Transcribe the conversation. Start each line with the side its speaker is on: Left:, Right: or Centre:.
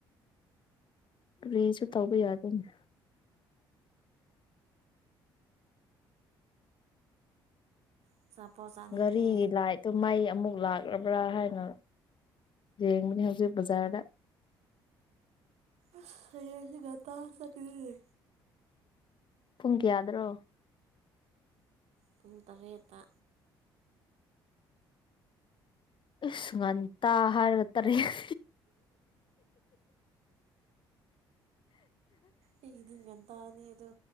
Left: ꯀ꯭ꯔꯤꯁꯨ ꯇꯧꯕ ꯌꯥꯗꯣꯏꯅꯤ
Right: ꯑꯆꯥꯄꯣꯠ ꯆꯥꯅꯤꯡꯉꯦ
Left: ꯘꯔꯤꯒꯤ ꯂꯥꯏꯠꯇꯣ ꯃꯩ ꯑꯃꯨꯛ ꯂꯥꯛ ꯄꯣꯔꯛꯄ꯭ꯔꯥ ꯍꯥꯏꯅ ꯌꯦꯡꯕꯅꯦ ꯍꯧꯖꯤꯛ ꯕꯖꯥꯔꯗ
Right: ꯑꯁ ꯍꯌꯦꯡꯗꯤ ꯉꯟꯇꯥ ꯆꯠꯀꯅꯤ
Left: ꯄꯨꯡ ꯀꯌꯥꯗ꯭ꯔꯣ
Right: ꯄꯨꯡ ꯇꯔꯦꯠ ꯇ
Left: ꯏꯁ ꯉꯟꯇꯥ ꯍꯥꯢꯔꯒ ꯇꯔꯦꯠ
Right: ꯑꯩꯒꯤꯗꯤ ꯉꯟꯇꯥꯅꯦ ꯑꯗꯣ